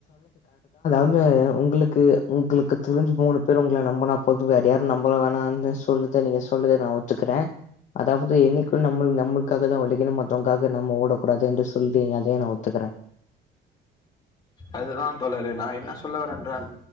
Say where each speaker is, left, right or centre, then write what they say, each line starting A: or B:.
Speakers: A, on the left; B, on the left.
A: வது உங்களுக்கு உங்களுக்கு தெரிஞ்சு மூணு பேர் உங்கள நம்பனா போது வேற யாரு நம்ப வேணான்னு சொல்ல றத நீங்க சொல்றத நா ஒத்துக்கிறே. அதாவது என்னைக்கு நம்மள் நம க்காகதா ஒழைக்கணு மத்தவங்க்காக நம்ம ஓடக்கூடாது என்று சொல்றீங்க அதையு நா ஒத் துக்கறே.
B: அதுதான் தோழரே நா என்ன சொல்ல வரேன் என்றால்